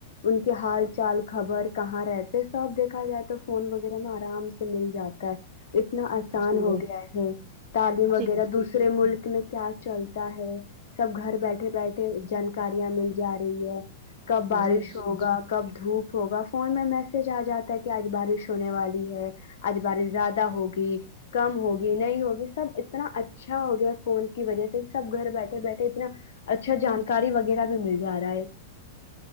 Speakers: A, on the left; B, on the right.
A: ان کے حال چال خبر کہاں رہتے سب دیکھا جائے تو فون وغیرہ میں آرام سے مل جاتا اتنا آسان
B: جی
A: ہو گیا ہے تعلیم وغیرہ
B: جی
A: دوسرے ملک میں کیا چل ہے سب گھر بیٹھے بیٹھے
B: جی
A: جانکاریاں مل جا رہی ہے کب
B: جی
A: بارش
B: جی
A: ہوگا کب دھوپ ہوگا فون میں میسج آ جاتا ہے کہ آج بارش ہونے والی ہے آج بارش زیادہ ہوگی کم ہوگی نہیں ہوگی سب اتنا اچھا ہو گیا فون کی وجہ سے سب گھر بیٹھے بیٹھے اتنا اچھا جانکاری وغیرہ گھل مل جا رہا ہے